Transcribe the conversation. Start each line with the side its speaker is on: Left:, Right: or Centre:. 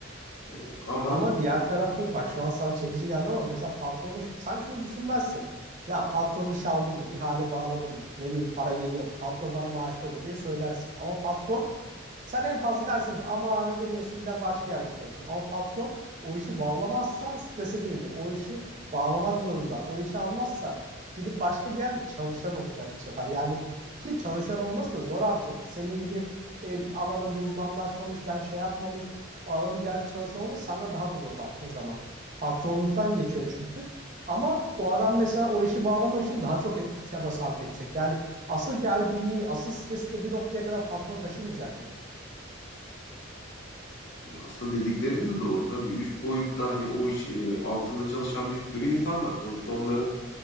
Left: E, ama
Right: Ama diğer Aha. tarafı bak şu an sana çekici geldi ama mesela patronu sen şunu düşünmezsin. Ya patron iş aldı mı? ihale bağladı mı? Ne bileyim para geliyor. Patron bana maaşı öde diye söylersin. Ama patron sen en fazla dersin ki aman ödemiyorsa gider başka yerde çalışır. Ama patron o işi bağlamazsa strese girecek. O işi bağlamak zorunda. O işi almazsa gidip başka bir yerde çalışan olacak bu sefer. Yani ki çalışan olması da zor artık. Senin gibi e, bir alanında uzmanlaşmamış yani şey yapmamış o adam geldi yerde çalışıyor olması senden daha da zor baktığın zaman. Patronluktan geçiyor çünkü. Ama o adam mesela o işi bağlamak için daha çok çaba sarf edecek. Yani asıl gerginliği, asıl stresi de bir noktaya kadar patron taşımayacak mı?
Left: aslında dediklerin de doğru tabii. Üst boyutta hani o iş e, altında çalışan bir sürü insan var. Sonuçta onların